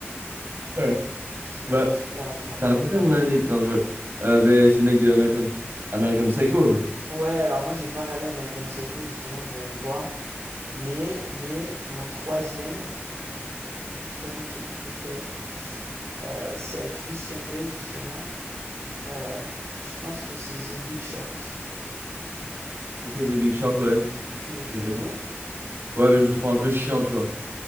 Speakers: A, on the right; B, on the right.
A: Ouais.
B: qui
A: Bah,
B: est un super acteur.
A: t'as raconté mon anecdote. Non, je. Euh, ben, c'est le mec de American... American Psycho. là.
B: Ouais, alors moi j'ai pas regardé American Psycho, justement, je veux le voir. Mais, mais mon troisième, mon, mon troisième film préféré, euh, c'est avec Christian Bale, justement. Euh, je pense que c'est The Big Short.
A: Ok, The Big Short, ouais.
B: Tu, le-
A: J'ai
B: tu
A: vu.
B: l'as vu?
A: Ouais, mais je le trouve un peu chiant, tu vois.